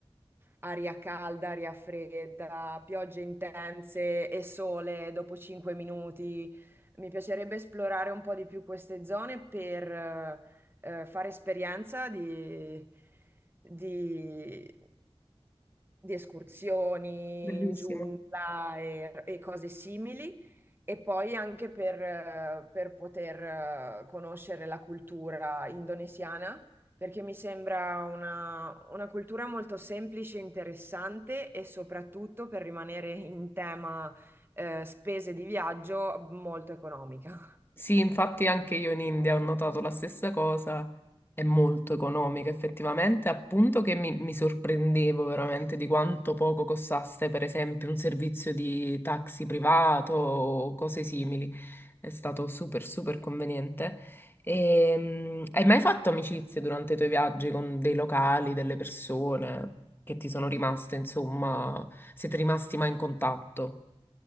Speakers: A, on the right (about 20°); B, on the left (about 20°).
A: aria calda, aria fredda, piogge intense e sole dopo 5 minuti. Mi piacerebbe esplorare un po' di più queste zone per eh, eh, fare esperienza di, di- di escursioni
B: Bellissimo.
A: in giungla e e cose simili e poi anche per, eh, per poter eh, conoscere la cultura indonesiana, perché mi sembra una, una cultura molto semplice, interessante e soprattutto per rimanere in tema eh, spese di viaggio molto economica.
B: Sì, infatti anche io in India ho notato la stessa cosa, è molto economica effettivamente, appunto che mi, mi sorprendevo veramente di quanto poco costasse per esempio un servizio di taxi privato o cose simili, è stato super super conveniente. E, hai mai fatto amicizie durante i tuoi viaggi con dei locali, delle persone che ti sono rimaste, insomma, siete rimasti mai in contatto?